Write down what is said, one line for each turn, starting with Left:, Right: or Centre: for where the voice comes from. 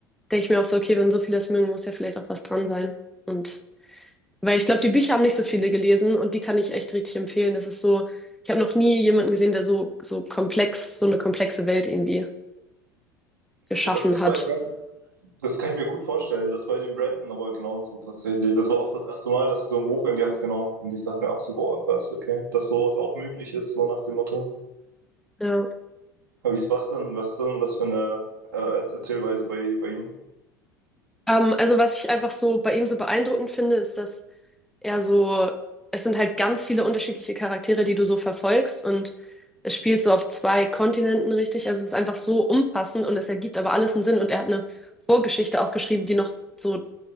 Centre: denke ich mir auch so, okay, wenn so viele das mögen, muss ja vielleicht auch was dran sein. Und Weil ich glaube, die Bücher haben nicht so viele gelesen und die kann ich echt richtig empfehlen. Das ist so, ich habe noch nie jemanden gesehen, der so, so komplex, so eine komplexe Welt irgendwie geschaffen
Right: Ja, das ist
Centre: hat.
Right: bei Brand, das kann ich mir gut vorstellen, das bei den Brandon aber genauso tatsächlich. Das war auch das erste Mal, dass ich so ein Buch in die Hand genommen habe und ich dachte mir, ach so, boah, krass, okay, dass sowas auch möglich ist, so nach dem Motto.
Centre: Ja.
Right: Aber wie ist was denn, was ist denn das für eine äh, Er- Erzählweise bei, bei ihm?
Centre: Ähm, also was ich einfach so bei ihm so beeindruckend finde, ist, dass er so, es sind halt ganz viele unterschiedliche Charaktere, die du so verfolgst und es spielt so auf zwei Kontinenten richtig. Also es ist einfach so umfassend und es ergibt aber alles einen Sinn und er hat eine Vorgeschichte auch geschrieben, die noch so